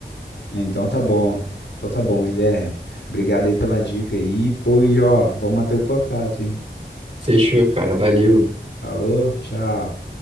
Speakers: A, on the left; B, on the right.
A: Então tá bom. Então tá bom, Guilherme. Obrigado aí pela dica aí. Pô, e ó, vamos manter o contato, hein?
B: Fechou, cara. Valeu.
A: Falou, tchau.